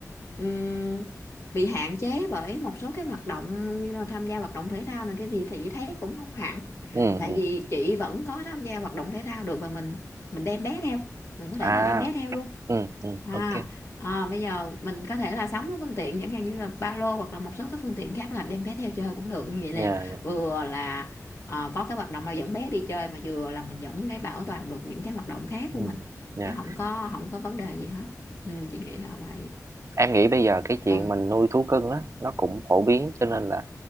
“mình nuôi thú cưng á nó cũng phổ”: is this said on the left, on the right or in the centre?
Right